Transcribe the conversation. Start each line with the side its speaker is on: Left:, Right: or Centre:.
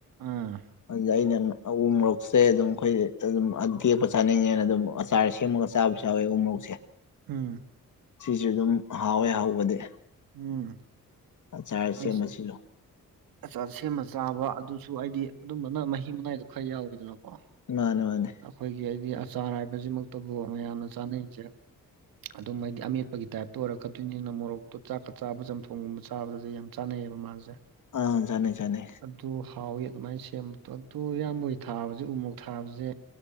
Right: ꯑꯥ
Left: ꯑꯗꯨꯗ ꯑꯩꯅ ꯑꯎ ꯃꯣꯔꯣꯛꯁꯦ ꯑꯗꯨꯝ ꯑꯩꯈꯣꯏ ꯑꯗꯨꯝ ꯇꯦꯛꯄ ꯆꯥꯅꯤꯡꯉꯦꯅ ꯑꯗꯨꯝ ꯆꯥꯔ ꯁꯦꯝꯃꯒ ꯆꯥꯕꯁꯨ ꯌꯥꯎꯋꯦ ꯎꯃꯣꯔꯣꯛꯁꯦ
Right: ꯎꯝ
Left: ꯁꯤꯁꯨ ꯑꯗꯨꯝ ꯍꯥꯎꯋꯦ ꯍꯧꯕꯗꯤ
Right: ꯎꯝ
Left: ꯑꯆꯥ ꯁꯦꯝꯃꯁꯤꯂꯣ
Right: ꯑꯁ ꯑꯆꯥ ꯁꯦꯝꯃ ꯆꯥꯕ ꯑꯗꯨꯁꯨ ꯑꯩꯗꯤ ꯑꯗꯨꯝꯕꯅ ꯃꯍꯤ ꯃꯅꯥꯏꯗꯣ ꯈꯔ ꯌꯥꯎꯋꯤꯗꯅꯀꯣ
Left: ꯃꯥꯅꯦ ꯃꯥꯅꯦ
Right: ꯑꯩꯈꯣꯏꯒꯤ ꯑꯩꯗꯤ ꯑꯆꯥꯔ ꯍꯥꯏꯕꯁꯤꯃꯛꯇꯕꯨ ꯃꯌꯥꯝꯅ ꯆꯥꯅꯩꯁꯦ ꯑꯗꯨꯝ ꯍꯥꯏꯗꯤ ꯑꯃꯦꯠꯄꯒꯤ ꯇꯥꯏꯞꯇ ꯑꯣꯏꯔꯛꯀꯗꯣꯏꯅꯤꯅ ꯃꯣꯔꯣꯛꯇꯣ ꯆꯥꯛꯀ ꯆꯥꯕ ꯆꯝꯊꯣꯡꯒꯨꯝꯕ ꯇꯥꯕꯗꯗꯤ ꯌꯥꯝ ꯆꯥꯅꯩꯑꯕ ꯃꯥꯁꯦ
Left: ꯑꯥꯖꯅꯤ ꯆꯅꯤ
Right: ꯑꯗꯨ ꯍꯥꯎꯋꯤ ꯑꯗꯨꯃꯥꯏꯅ ꯁꯦꯝꯕꯗꯣ ꯑꯗꯨ ꯏꯌꯥꯝꯕꯩ ꯊꯥꯕꯁꯦ ꯎꯃꯨꯣꯛ ꯊꯥꯕꯁꯦ